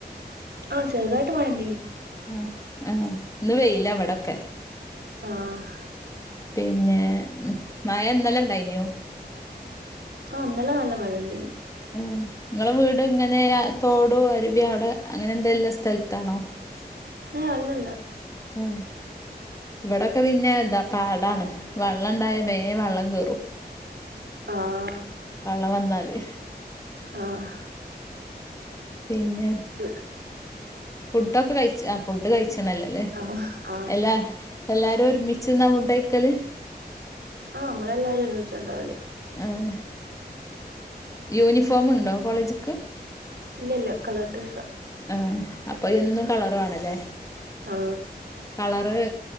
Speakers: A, on the right; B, on the left.
A: ആ ചെറുതായിട്ട് മയണ്ടേയ്നി
B: ആ ആ ന്ന് വെയ്ലാ വടൊക്കെ
A: ആഹ്
B: പിന്നെ മഴ ന്നലെ ണ്ടായ്ന്യോ
A: ആ ന്നലെ നല്ല മഴണ്ടേയ്നു
B: ഏ ങ്ങളെ വീട് ഇങ്ങനെ ആ തോടു അരുവി അവ്ടെ അങ്ങനെ എന്തേലുള്ള സ്ഥൽത്താണോ <unintelligible>
A: ഏയ് അല്ലല്ല
B: ഏ ഇവടൊക്കെ പിന്നേ എന്താ പാടാണ് വള്ളംണ്ടായ ബേം വള്ളം കേറും
A: ആഹ്
B: വള്ളം വന്നാല്
A: ആഹ്
B: പിന്നെ
A: ഇവ്ടേ
B: ഫുഡ്ഡൊക്കെ കഴിച്ചാ ആ ഫുഡ് കഴിച്ച്ണല്ല ലേ
A: ആഹ് ആഹ്
B: എല്ലാര് എല്ലാരും ഒരുമിച്ച്ന്നാ ഫുഡയ്ക്കല്
A: ആ അമ്മളെല്ലാരും ഒരുമിച്ചാണ്ടാവല്
B: ഏഹ് യൂനിഫോം ഉണ്ടോ കോളേജ്ക്ക്
A: ഇല്ല ഇല്ല കളർ ഡ്രസ്
B: ആ അപ്പൊ എന്നും കളർ വേണല്ലേ
A: ആ
B: കളറ്